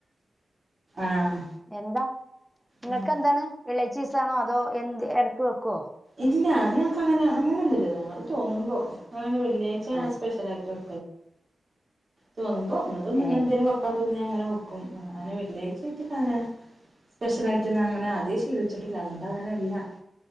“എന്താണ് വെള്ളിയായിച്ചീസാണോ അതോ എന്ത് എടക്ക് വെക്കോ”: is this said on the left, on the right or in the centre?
Centre